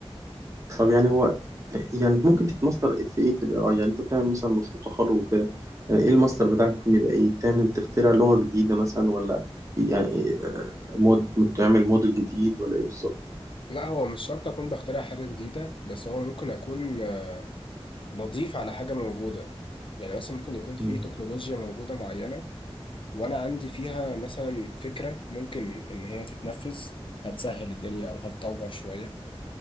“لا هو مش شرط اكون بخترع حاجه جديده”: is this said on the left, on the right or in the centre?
Left